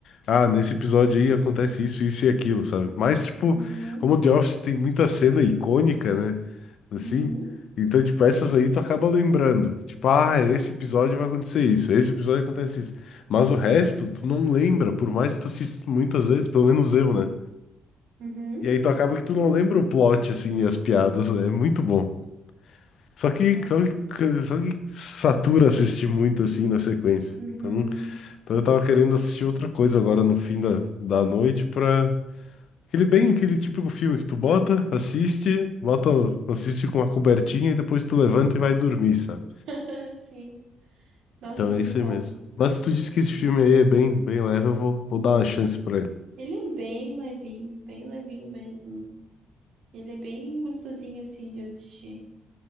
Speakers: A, on the left; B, on the right.
A: ah, nesse episódio aí acontece isso, isso e aquilo, sabe? Mas, tipo,
B: Uhum.
A: como o The Office tem muita cena icônica, né? assim.
B: Uhum.
A: Então, tipo, essas aí tu acaba lembrando. Tipo, ah, esse episódio vai acontecer isso, esse episódio acontece isso. Mas o resto, tu não lembra, por mais que tu assista muitas vezes, pelo menos eu, né?
B: Uhum.
A: E aí tu acaba que tu não lembra o plot, assim, e as piadas, né? É muito bom. Só que,
B: Mas.
A: só que, só que satura assistir muito, assim, na sequência.
B: Uhum.
A: Então, então eu tava querendo assistir outra coisa agora no fim da, da noite pra, Aquele bem, aquele típico filme que tu bota, assiste, bota, assiste com uma cobertinha e depois tu levanta e vai dormir, sabe?
B: Ah, sim. Nossa,
A: Então
B: muito
A: é isso aí
B: bom.
A: mesmo. Mas se tu disse que esse filme aí é bem, bem leve, eu vou, vou dar uma chance pra ele.
B: Ele é bem levinho, bem levinho mesmo. Ele é bem gostosinho assim de assistir.